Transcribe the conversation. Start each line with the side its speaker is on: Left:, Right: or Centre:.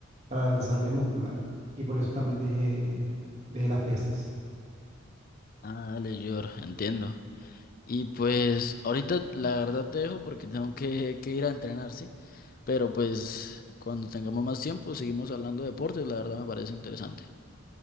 Right: para el desarrollo muscular. Y por eso también dejé, dejé las pesas.
Left: Ah, dale, George, entiendo. Y pues ahorita la verdad te dejo porque tengo que, que ir a entrenar, ¿sí? Pero pues cuando tengamos más tiempo seguimos hablando de deportes, la verdad me parece interesante.